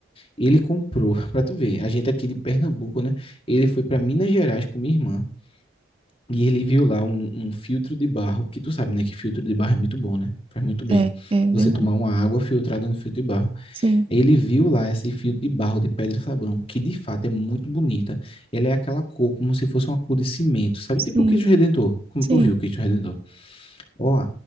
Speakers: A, on the left; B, on the right.
A: Ele comprou, <laughs> para tu ver, a gente aqui de Pernambuco, né? Ele foi para Minas Gerais com minha irmã e ele viu lá um, um filtro de barro, que tu sabe, né? Que filtro de barro é muito bom, né? Faz muito bem.
B: É, é
A: Você
B: verdade.
A: tomar uma água filtrada no filtro de barro.
B: Sim,
A: Aí Ele viu lá esse filtro de barro de pedra sabão, que de fato é muito bonita. Ela é aquela cor como se fosse uma cor de cimento, sabe?
B: sim,
A: Tipo o Cristo Redentor, como
B: sim.
A: tu viu o Cristo Redentor. Ó,